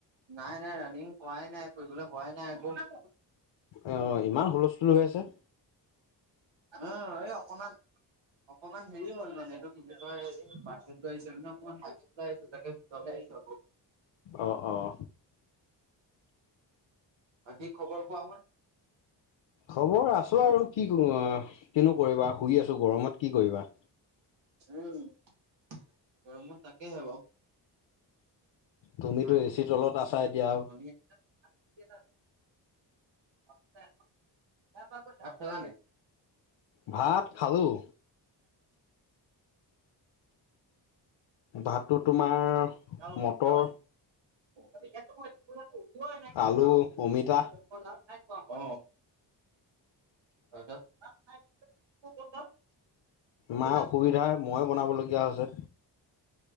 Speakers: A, on the right; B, on the left.
A: নাই নাই ৰাণিং কৰাই নাই কৰিবলৈ হোৱাই নাই এক
B: অ অ ইমান হুলস্থুল হৈ আছে
A: অ এই অকমান অকমান হেৰি হল মানে এইটো কে কাট লৈ আহিছ নে অকমানৈ আহিছো তাকে ভিতৰ স কাব
B: অঁ অ
A: বাকী খবৰ কোৱা হ'ল
B: খবৰ আছো আৰু কি অ কনে কৰিবা শুই আছো গৰমত কি কৰিবা
A: উম গৰমত তাকেহে বাৰু
B: তুমিতো
A: নাই
B: এচি তলত আছা এতিয়া আৰু
A: ভনী <unintelligible>
B: ভাত
A: অ
B: খালোঁ। ভাতটো তোমাৰ
A: অ',
B: মটৰ
A: অ',
B: আলু
A: অ',
B: অমিতা
A: ত কন্দ
B: মাৰ
A: অ',
B: অসুবিধাই মই বনাবলগীয়া হৈছে